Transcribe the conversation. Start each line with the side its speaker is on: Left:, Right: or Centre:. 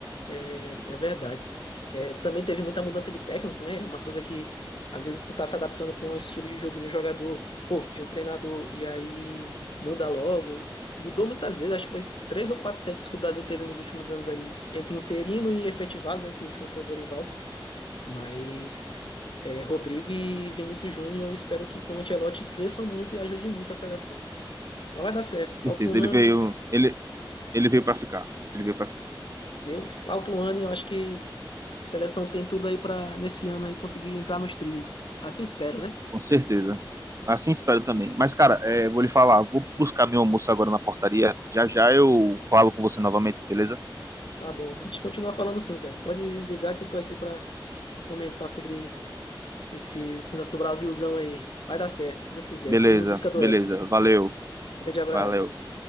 Left: é, é verdade. É, também teve muita mudança de técnico, né? Uma coisa que às vezes tu tá se adaptando com o estilo de jogo de um jogador, ou de um treinador, e aí muda logo. Mudou muitas vezes, acho que foi três ou quatro técnicos que o Brasil teve nos últimos anos aí, entre interino e efetivados, né? Que o último foi o Dorival, mas é, Rodrigo e Vinícius Júnior, eu espero que com o Ancelotti cresçam muito e ajudem muito a seleção. Mas vai dar certo. Falta
Right: com certeza.
Left: um ano.
Right: Ele veio, ele, ele veio para ficar. Ele veio para ficar.
Left: Deu, falta um ano e eu acho que a seleção tem tudo aí para nesse ano aí conseguir entrar nos trios. Assim espero, né?
Right: Com certeza. Assim espero também. Mas, cara, é, vou lhe falar, vou buscar meu almoço agora na portaria. Já já eu falo com você novamente, beleza?
Left: Tá bom. A gente continua falando sim, cara. Pode ligar que eu tô aqui para comentar sobre esse, esse nosso Brasilzão aí. Vai dar certo, se Deus quiser.
Right: Beleza,
Left: Vamos em busca do
Right: beleza.
Left: Hexa.
Right: Valeu,
Left: Grande abraço.
Right: valeu.